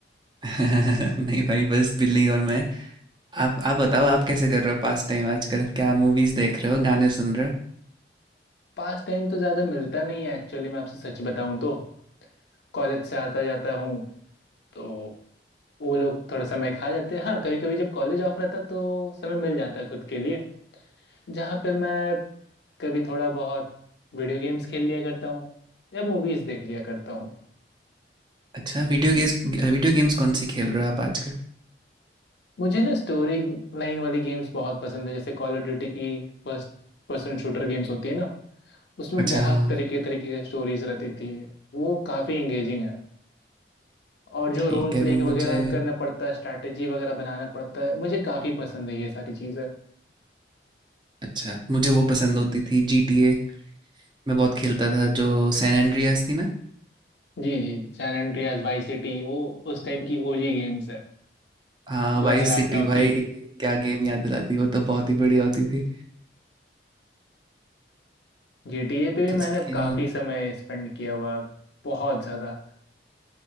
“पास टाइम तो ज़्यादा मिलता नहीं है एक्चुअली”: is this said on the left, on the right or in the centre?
Left